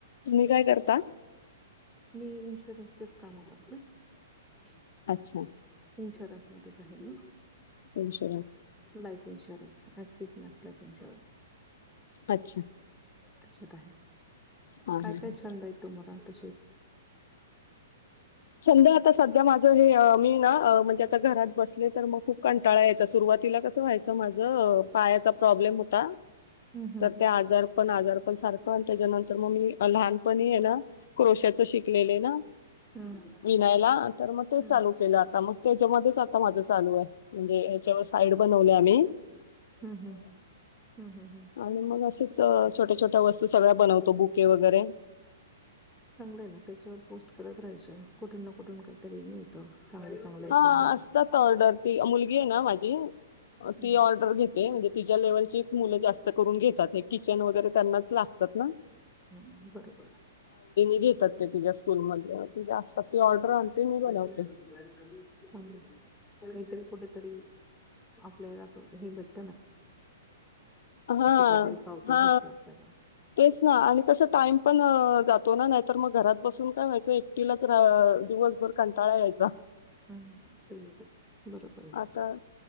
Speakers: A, on the left; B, in the centre.
A: तुम्ही काय करता
B: मी इन्शुरन्सचेच कामं करतेो
A: अच्छा
B: इन्शुरन्स च आहे म
A: विष
B: life insurance Axis Max life insurance
A: अच्छा
B: तच्यात आहे
A: हा हा हा
B: कायट छंद आहेय तु मरा त
A: छंद आता सध्या माझं मी ना म्हणे आता घरात बसले तर मग खूप कंटाळा यायचा सुरुवातीला
B: हम्म
A: कसं व्हायचं माझ पायाचा प्रॉब्लेम होता
B: हम्म हम्म
A: तर त्या आजार पण आजार सारखंते जन तर मम्मी लहानपणी आहे ना क्रोशाच शिकलेलं ना
B: हम्म
A: मग ते
B: हम्म.
A: ल के आता मग त्याच्या आता मा चालू आहे म्हणजेच्या साईट हम्म
B: ह् ह्
A: आणि मग असेच अ, छोट्या छोट्या वस्तू सगळ्या बनवतो बुके वगैरे
B: चांगलं ना त्याच्यावर पो करत राहाच्या कुठून ना कुठून काहीतरी मिळतं चांगलं चांगलं याच्यावर
A: हा असतात ऑर्डर ती मुलगी आहे ना माझी
B: हम्म
A: ती ऑर्डर घेत म्हणजे तिच्या लेवलचीच <unintelligible> ते करून घेतात किचन वगैरे त्यांनाच पतना
B: हम्म बरोबर
A: घेतात ते त्या स्कूल म असतात ती ऑर्डर मी बनवते
B: क ज ग <inaudible> चांगत कुठेतरी आपल्याला हे भेट
A: हा
B: काहीतरी पावती
A: हा
B: भेटते आपल्याला
A: तेच ना आणि कस टाइम पण जात ना नाही तर मग घरात बसून काय व्हायचं एकटिलच दिवसभर कंटाळा यायचा
B: हम्म ते येतच बरोबर आहे.
A: आता